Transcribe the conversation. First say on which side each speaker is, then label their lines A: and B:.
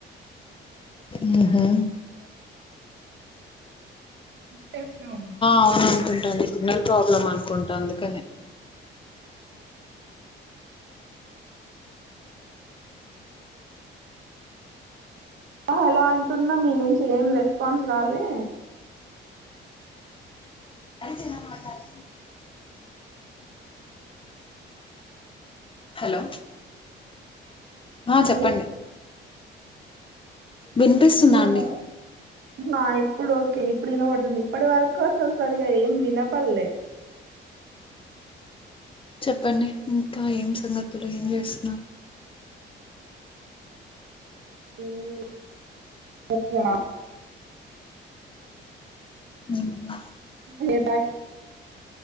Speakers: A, on the left (about 25°); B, on the right (about 70°).
A: ఊహు
B: పేస్లో
A: అవును అనుకుంటాండి సిగ్నల్ ప్రాబ్లమ్ అనుకుంటా అందుకని
B: హలో అంటున్నా మీ నుంచి ఏం రెస్పాన్స్ రాలే
A: అరిచెన మాట్లాడ్ హలో ఆ చెప్పండి
B: హలో
A: వినిపిస్తుంద
B: మీ
A: అండి
B: వా- ఆ ఇప్పుడు ఓకే ఇప్పుడు ఇనబడుతుంది ఇప్పటి వరకు అసలు సరిగా ఏం వినపల్లే
A: చెప్పండి ఇంకా ఏం సంగతులు ఏం చేస్తున్నారు
B: <inaudible>
A: ఊ హు
B: బే బాకె